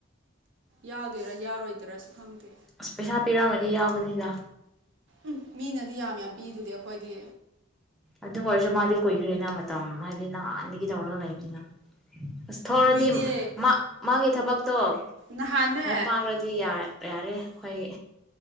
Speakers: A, on the right (about 65°); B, in the centre.
A: ꯌꯥꯎꯗꯨꯢꯔ ꯌꯥꯎꯔꯣꯏꯗꯨꯔꯁꯨ ꯈꯪꯗꯦ
B: ꯑꯁ ꯄꯩꯁꯥ ꯄꯤꯔꯛꯑꯝꯃꯗꯤ ꯌꯥꯎꯒꯅꯤꯗ
A: ꯎꯝ ꯃꯤꯅꯗꯤ ꯌꯥꯝ ꯌꯥꯝ ꯄꯤꯗꯨꯗꯤ ꯑꯩꯈꯣꯏꯗꯤ
B: ꯑꯗꯨ ꯑꯣꯏꯔꯁꯨ ꯃꯥꯗꯤ ꯀꯨꯏꯈ꯭ꯔꯦꯅ ꯃꯇꯝ ꯍꯥꯏꯕꯗꯤ ꯅꯍꯥꯟꯗꯒꯤ ꯇꯧꯔꯒ ꯂꯩꯕꯅꯤꯅ ꯑꯁ ꯊꯧꯔꯗꯤ
A: ꯀꯨꯏꯗꯦ
B: ꯃꯥ ꯃꯥꯒꯤ ꯊꯕꯛ ꯇꯣ
A: ꯅꯍꯥꯟꯅꯦ
B: ꯃꯥꯏ ꯄꯥꯛꯂꯗꯤ ꯌꯥ ꯌꯥꯔꯦ ꯍꯣꯏꯍꯦ